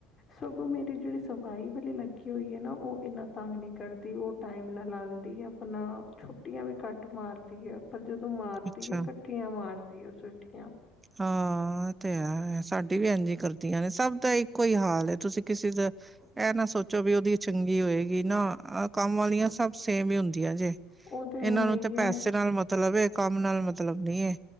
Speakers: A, on the left (about 35°); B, on the right (about 20°).
A: ਸਗੋਂ ਮੇਰੀ ਜਿਹੜੀ ਸਫਾਈ ਵਾਲੀ ਲੱਗੀ ਹੋਈ ਹੈ ਨਾ, ਉਹ ਇੰਨਾ ਤੰਗ ਨਹੀਂ ਕਰਦੀ ਉਹ ਟਾਈਮ ਨਾਲ ਆਉਂਦੀ ਆਪਣਾ, ਛੁੱਟੀਆਂ ਵੀ ਘੱਟ ਮਾਰਦੀ ਹੈ। ਪਰ ਜਦੋਂ ਮਾਰਦੀ,
B: ਅੱਛਾ
A: ਇਕੱਠੀਆਂ ਮਾਰਦੀ ਆ ਛੁੱਟੀਆਂ
B: ਹਾਂ ਇਹ ਤੇ ਹੈ, ਸਾਡੀ ਵੀ ਇੰਝ ਕਰਦੀਆਂ ਨੇ ਸਭ ਦਾ ਇੱਕੋ ਹੀ ਹਾਲ ਤੁਸੀਂ ਕਿਸੇ ਦਾ ਇਹ ਨਾ ਸੋਚੋ ਵੀ ਉਹਦੀ ਚੰਗੀ ਹੋਏਗੀ। ਨਾ ਕੰਮ ਵਾਲੀਆਂ ਸਭ ਸੇਮ ਹੀ ਹੁੰਦੀਆਂ ਜੇ,
A: ਉਹ ਹੈ
B: ਇਹਨਾਂ ਨੂੰ
A: ਹੀ
B: ਤੇ
A: ਹੈ,
B: ਪੈਸੇ ਨਾਲ ਮ ਮਤਲਬ ਇਹ, ਕੰਮ ਨਾਲ ਮਤਲਬ ਨੀ,